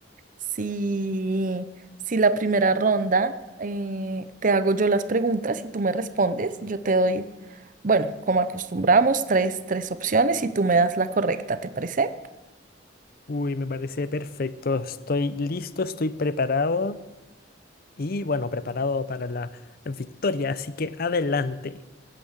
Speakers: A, on the right (about 45°); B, on the left (about 55°).
A: Si, si la primera ronda eh, te hago yo las preguntas y tú me respondes, yo te doy, bueno, como acostumbramos, tres, tres opciones y tú me das la correcta, ¿te parece?
B: Uy, me parece perfecto. Estoy listo, estoy preparado y, bueno, preparado para la victoria, así que adelante.